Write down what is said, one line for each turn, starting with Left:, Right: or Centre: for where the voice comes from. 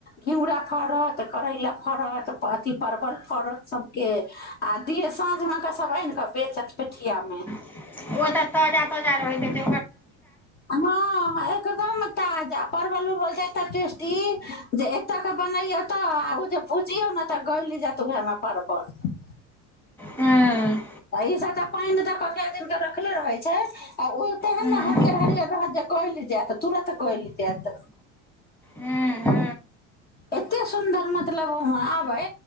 Left: घिउरा फड़त करैला फड़त अथिी परवल फड़त सभके आ दि साँझमे कऽ सभ आनि कऽ बेचत पेठियामे
Centre: ओ तऽ ताजा ताजा रहैत छै
Left: हँ एक दम ताजा परवल उर्वल छै ए टेस्टी जे एतऽ के बनैयौ तऽ ओ जे भुजियौ ने तऽ गौली जात उएहमे परवल पल
Centre: हँ
Left: ताहि स जे पाइन प कए दिन रखले रहै छै आ ओ तेहन
Centre: हूँ
Left: ने हरियर हरियर रहत जे गइल जायत तुरत गइल जायत
Centre: हूँ हूँ
Left: एतेक सुन्दर मतलब वाँ आबै